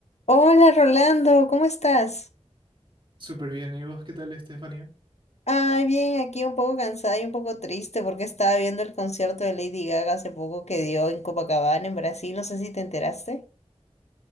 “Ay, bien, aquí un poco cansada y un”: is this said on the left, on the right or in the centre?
Left